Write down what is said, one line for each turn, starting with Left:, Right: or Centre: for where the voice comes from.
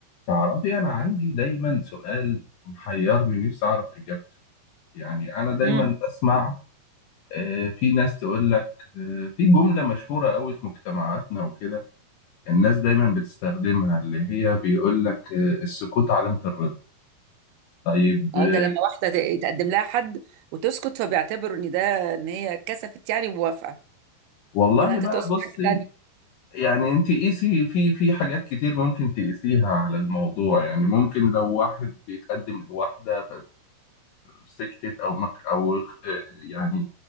Left: تعرفي أنا عندي دايما سؤال محيرني نفسي أعرف إجابته يعني أنا دايما
Right: امم
Left: بسمع آه، في ناس تقول لك آه، في جملة مشهورة قوي في مجتمعاتنا وكده الناس دايما بتستخدمها اللي هي بيقول لك آه، السكوت علامة الرضا طيب
Right: اه
Left: آه،
Right: ده لما واحده ت- تقدم لها حد وتسكت فبيعتبروا ان ده ان هي كسفت يعني وموافقه
Left: والله
Right: ولا انت
Left: بقى
Right: تقصد
Left: بصي
Right: حاجه تانية
Left: يعني انت قيسي في في حاجات كتير ممكن تقيسيها على الموضوع يعني ممكن لو واحد بيتقدم لواحدة فسكتت او مك او اخ- يعني